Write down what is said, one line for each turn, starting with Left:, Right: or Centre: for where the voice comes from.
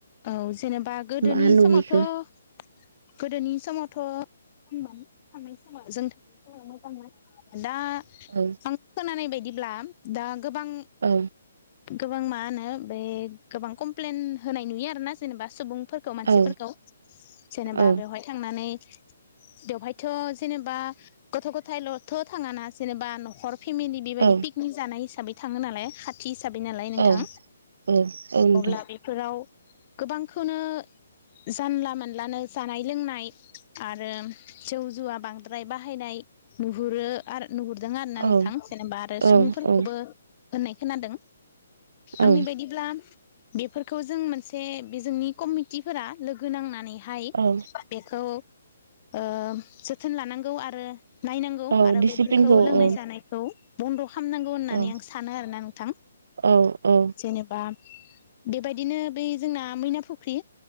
Left: औ जेनेबा गोदोनि
Right: मा नुहैखो
Left: समावथ' गोदोनि समावथ' मोजांमोन थांनाय समा जों थांनाय समाव मोजांमोन दा
Right: औ
Left: आं खोनानाय बायदिब्ला दा गोबां
Right: औ
Left: गोबां मा होनो बे गोबां कमप्लेन होनाय नुयो आरोना जेनेबा सुबुं फोरखौ मानसिफोरखौ
Right: औ
Left: जेनेबा
Right: औ
Left: बेवहाय थांनानै बेवहायथ' जेनेबा गथ' गथायल'थ' थाङाना जेनेबा न'खर फेमिलि बेबायदि
Right: औ
Left: पिकनिक जानाय हिसाबै थाङो नालाय खाथि ह हिसाबै नालाय नोंथां
Right: औ औ औ नोंथां
Left: अब्ला बेफोराव गोबांखौनो जानला मोनानलानो जानाय लोंनाय आरो जौ जुवा बांद्राय बाहायनाय नुहुरो आरो नुहुरदों आरो ना नोंथां
Right: औ
Left: जेनेबा आरो सुबुंफोरखौबो
Right: औ औ
Left: होननाय खोनादों
Right: औ
Left: आंनि बायदिब्ला बेफोरखौ जों मोनसे सासे बेजोंनि कमिटिफोरा लोगो नांनानैहाय
Right: औ
Left: बेखौ जोथोन लानांगौ आरो नायनांगौ
Right: औ
Left: आरो
Right: दिसिप्लिनखौ
Left: बेफोरखौ लोंनाय
Right: औ
Left: जानायखौ बन्द' खालामनांगौ होननानै
Right: औ
Left: आं सानो आरोना नोंथां
Right: औ औ
Left: जेनेबा बेबायदिनो बै जोंना मैना फुख्रि